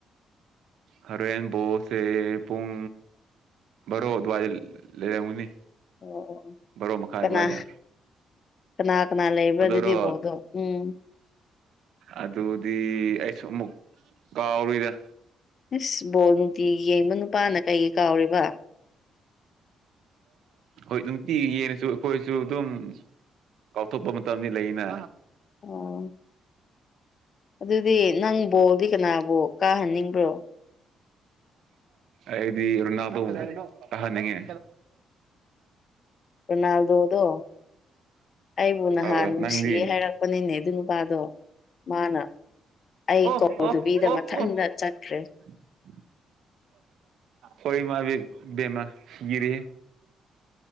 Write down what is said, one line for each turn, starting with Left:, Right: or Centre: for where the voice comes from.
Right: ꯍꯔꯋꯦꯟ ꯕꯣꯁꯦ ꯄꯨꯡ ꯕꯥꯔꯣ ꯑꯗꯨꯋꯥꯏꯗ ꯂꯩꯔꯝꯒꯨꯅꯤ
Left: ꯑꯣ ꯑꯣ ꯑꯣ
Right: ꯕꯥꯔꯣ ꯃꯈꯥꯏ
Left: ꯀꯅꯥ
Right: ꯑꯗꯨꯋꯥꯏꯗ
Left: ꯀꯅꯥ ꯀꯅꯥ ꯂꯩꯕ꯭ꯔꯥ
Right: ꯑꯗꯨꯔꯣ
Left: ꯑꯗꯨꯗꯤ ꯕꯣꯜꯗꯣ ꯎꯝ
Right: ꯑꯗꯨꯗꯤ ꯑꯩꯁꯨ ꯑꯃꯨꯛ ꯀꯥꯎꯔꯗ
Left: ꯃꯤꯁ ꯕꯣꯜ ꯅꯨꯨꯇꯤꯒꯤ ꯌꯩꯕ ꯅꯨꯄꯥꯅ ꯀꯩ ꯀꯥꯎꯔꯤꯕ
Right: ꯍꯣꯏ ꯅꯨꯡꯇꯤꯒꯤ ꯌꯦꯡꯉꯁꯨ ꯑꯩꯈꯣꯏꯁꯨ ꯑꯗꯨꯝ ꯀꯥꯎꯊꯣꯛꯄ ꯃꯇꯝꯗꯤ ꯂꯩꯅ
Left: ꯑꯣ ꯑꯗꯨꯗꯤ ꯅꯪ ꯕꯣꯜꯗꯤ ꯀꯅꯥꯕꯨ ꯀꯥꯍꯟꯅꯤꯡꯕ꯭ꯔꯣ꯫
Right: ꯑꯩꯗꯤ ꯔꫭꯅꯥꯜꯗꫭꯕꯨ ꯀꯥꯍꯟꯅꯤꯡꯉꯦ꯫
Left: ꯔꯣꯅꯥꯜꯗꯣꯗꯣ ꯑꯩꯕꯨ ꯅꯍꯥꯟ
Right: ꯑꯧ
Left: ꯅꯨꯡꯁꯤꯌꯦ
Right: ꯅꯪꯗꯤ꯫
Left: ꯍꯥꯏꯔꯛꯄꯅꯤꯅꯦ ꯑꯗꯨ ꯅꯨꯄꯥꯗꯣ ꯃꯥꯅ ꯑꯩ ꯀꯧꯗꯕꯤꯗ
Right: <unintelligible>
Left: ꯃꯊꯟꯗ ꯆꯠꯈ꯭ꯔꯦ
Right: <inaudible> ꯍꯣꯏ ꯃꯥꯏ ꯕꯦꯃ ꯒꯤꯔꯤ꯫